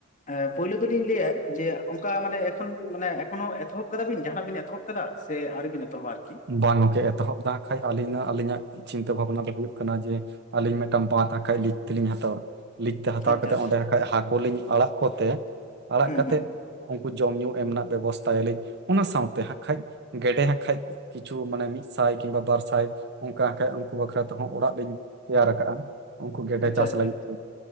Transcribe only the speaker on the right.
ᱵᱟᱝ ᱜᱚᱝᱠᱮ ᱮᱛᱚᱦᱚᱵ ᱫᱚ ᱦᱟᱸᱜ ᱠᱷᱟᱡ ᱟᱹᱞᱤᱧ ᱫᱚ ᱟᱹᱞᱤᱧᱟᱜ ᱪᱤᱱᱛᱟᱹ ᱵᱷᱟᱵᱱᱟ ᱫᱚ ᱦᱩᱭᱩᱜ ᱠᱟᱱᱟ ᱡᱮ ᱟᱹᱞᱤᱧ ᱢᱤᱫᱴᱟᱝ ᱵᱟᱸᱫ ᱦᱟᱸᱜᱠᱟᱡ ᱞᱤᱡ ᱛᱮᱞᱤᱧ ᱦᱟᱛᱟᱣᱟ᱾ ᱞᱤᱡ ᱛᱮ ᱦᱟᱛᱟᱣ
ᱠᱟᱛᱮᱫ
ᱚᱸᱰᱮ ᱦᱟᱠᱷᱟᱡ ᱦᱟᱹᱠᱩ ᱞᱤᱧ ᱟᱲᱟᱜ ᱠᱚᱛᱮ, ᱟᱲᱟᱜ
ᱠᱟᱛᱮᱫ
ᱩᱱᱠᱩ ᱡᱚᱢ ᱧᱩ ᱮᱢ ᱨᱮᱱᱟᱜ ᱵᱮᱵᱚᱥᱛᱷᱟᱭᱟᱞᱤᱧ ᱚᱱᱟ ᱥᱟᱶᱛᱮ ᱦᱟᱜᱠᱷᱟᱡ ᱜᱮᱰᱮ ᱦᱟᱠᱷᱟᱡ ᱠᱤᱪᱩ ᱢᱟᱱᱮ ᱢᱤᱫ ᱥᱟᱭ ᱠᱤᱱᱵᱟ ᱵᱟᱨ ᱥᱟᱭ ᱚᱱᱠᱟ ᱦᱟᱸᱜᱠᱷᱟᱡ ᱩᱱᱠᱩ ᱵᱟᱠᱷᱨᱟ ᱛᱮᱦᱚᱸ ᱚᱲᱟᱜ ᱨᱤᱧ ᱛᱮᱭᱟᱨ ᱟᱠᱟᱜ-ᱟ᱾ ᱩᱱᱠᱩ ᱜᱮᱰᱮ
ᱪᱟᱥ
ᱞᱟᱹᱜᱤᱫ
ᱛᱮ᱾